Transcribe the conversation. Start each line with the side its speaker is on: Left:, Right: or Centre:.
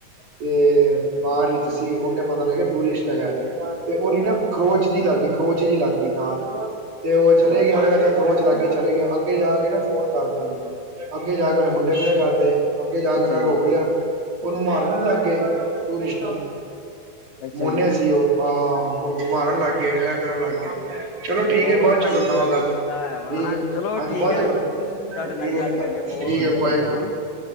Right: ਤੇ ਬਾਰ ਵਿੱਚ ਸੀ ਉੰਨੇ ਪਤਾ ਲੱਗਿਆ ਟੂਰਿਸਟ ਹੈਗਾ। ਤੇ ਓਰੀਡਾ ਖਰੋਚ ਜੀ ਲਾਗੀ, ਖਰੋਚ ਜੀ ਲੱਗ ਗਈ ਨਾਲ ਤੇ ਉਹ ਚਲੇ
Left: ਵਾਹ
Right: ਗਏ ਤੇ ਸੋਚ ਲੱਗ ਗਈ ਚਲੇ ਗਿਆ ਅੱਗੇ ਜਾ ਕੇ ਨਾ ਫੋਨ ਕਰ ਦ ਅੱਗੇ ਜਾ ਕੇ ਉੰਨੇ ਮੁੰਡੇ ਖੜੇ ਕਰਤੇ, ਅੱਗੇ ਜਾ ਕੇ
Left: ਅੱਛਾ
Right: ਨਾ ਰੋ
Left: ਜੀ
Right: ਉਹਨੂੰ ਮਾਰਨ ਲੱਗ ਗਏ ਟੂਰਿਸਟ ਨੂੰ,
Left: ਅੱਛਾ
Right: ਮੋਨੇ
Left: ਜੀ
Right: ਸੀ ਉਹ, ਆਂ। ਮਾਰਨ ਲੱਗ ਗਏ, ਐ ਕਰਨ ਲੱਗ ਗਏ। ਚਲੋ ਠੀਕ
Left: ਬੋਤ
Right: ਹੈ ਬਾਅਦ ਚੋਂ
Left: ਪਾਜੀ
Right: ਕਰਦਾ
Left: ਇਹਨਾਂ
Right: ਵਾਂ
Left: ਨੇ
Right: ਗੱਲ
Left: ਕੀਤਾ ਹੈ ਵਾ,
Right: ਠੀਕ
Left: ਚਲੋ
Right: ਹਾਂਜੀ
Left: ਠੀਕ
Right: ਬਾਅਦ
Left: ਹ
Right: ਚੋਂ ਕਰੋ ਠੀਕ ਹੈ
Left: ਤੁਹਾਡੇ ਨਾਲ ਗੱਲ ਕਰਕੇ ਬੋਤ
Right: ਠੀਕ
Left: ਵਧੀਆ
Right: ਹੈ ਬਾਏ
Left: ਲੱਗਿਆ ਹੇਨਾ,